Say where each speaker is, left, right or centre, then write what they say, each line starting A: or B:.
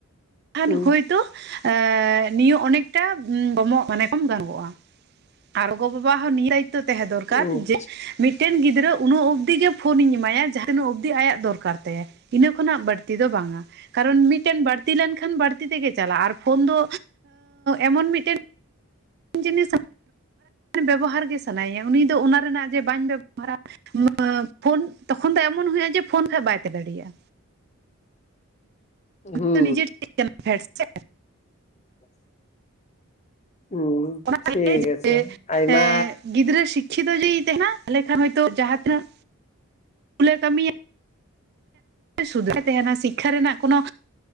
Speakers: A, on the right; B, on the left.
A: ᱠᱷᱟᱱ
B: ᱦᱩᱸ
A: ᱦᱚᱳᱭᱛᱳ ᱮ ᱱᱤᱭᱟᱹ ᱚᱱᱮᱠᱴᱟ ᱠᱚᱢᱚᱜ ᱢᱟᱱᱮ ᱠᱚᱢ ᱜᱟᱱᱠᱚᱣᱟ᱾ ᱟᱨ ᱜᱚ ᱵᱟᱵᱟ ᱦᱚᱸ ᱱᱤᱭᱟᱹ ᱫᱟᱭᱤᱛᱛᱚ ᱛᱟᱸᱦᱮ ᱫᱚᱨᱠᱟᱨ
B: ᱦᱩᱸ
A: ᱡᱮ ᱢᱤᱫᱴᱮᱱ ᱜᱤᱫᱽᱨᱟᱹ ᱩᱱᱟᱹᱜ ᱚᱵᱫᱤᱜ ᱜᱮ ᱯᱷᱳᱱᱤᱧ ᱮᱢᱟᱭᱟ ᱡᱟᱦᱟᱸ ᱛᱤᱱᱟᱹᱜ ᱚᱵᱫᱤ ᱟᱭᱟᱜ ᱫᱚᱨᱠᱟᱨ ᱛᱟᱭᱟ᱾ ᱤᱱᱟᱹ ᱠᱷᱚᱱᱟᱜ ᱵᱟᱹᱲᱛᱤ ᱫᱚ ᱵᱟᱝᱟ ᱠᱟᱨᱚᱱ ᱢᱤᱫᱴᱮᱱ ᱵᱟᱲ ᱛᱤ ᱞᱮᱱᱠᱷᱟᱱ ᱵᱟᱲᱛᱤ ᱛᱮᱜᱮ ᱪᱟᱞᱟᱜ-ᱟ ᱟᱨ ᱯᱷᱳᱱ ᱫᱚ ᱮᱢᱚᱱ ᱢᱤᱫᱴᱮᱱ ᱡᱤᱱᱤᱥ ᱵᱮᱵᱚᱦᱟᱨ ᱜᱮ ᱥᱟᱱᱟᱭᱤᱭᱟ ᱩᱱᱤ ᱫᱚ ᱚᱱᱟ ᱨᱮᱱᱟᱜ ᱡᱮ ᱵᱟᱹᱧ ᱵᱮᱵᱚᱦᱟᱨᱟᱼᱼ ᱯᱷᱳᱱ ᱛᱚᱠᱷᱚᱱ ᱫᱚ ᱮᱢᱚᱱ ᱦᱩᱭᱩᱜ-ᱟ ᱡᱮ ᱯᱷᱳᱱ ᱠᱷᱟᱡ ᱵᱟᱭ ᱛᱟᱦᱮ ᱫᱟᱲᱮᱭᱟᱜ-ᱟ᱾
B: ᱦᱩᱸ᱾
A: ᱛᱚ ᱱᱤᱡᱮ ᱴᱷᱮᱡ ᱠᱟᱱᱟ ᱯᱷᱮᱴ ᱥᱮ᱾
B: <inaudible> ᱦᱩᱸ
A: ᱚᱱᱟᱮ
B: ᱴᱷᱤᱠ
A: ᱡᱮ
B: ᱟᱪᱷᱮ ᱟᱭᱢᱟ
A: ᱮ ᱜᱤᱫᱽᱨᱟᱹ ᱥᱤᱠᱷᱼᱼ ᱠᱷᱤᱛᱚ ᱡᱩᱫᱤᱭ ᱛᱮᱦᱮᱱᱟ ᱛᱟᱦᱞᱮ ᱠᱷᱟᱱ ᱦᱚᱭᱛᱳ ᱡᱟᱦᱟᱸ ᱛᱤᱱᱟᱹᱜ ᱩᱞᱮ ᱠᱟᱹᱢᱤᱭᱟ ᱥᱩᱫᱷᱟᱭ ᱛᱮᱦᱮᱱᱟ ᱥᱤᱠᱠᱷᱟ ᱨᱮᱱᱟᱜ ᱠᱳᱱᱚ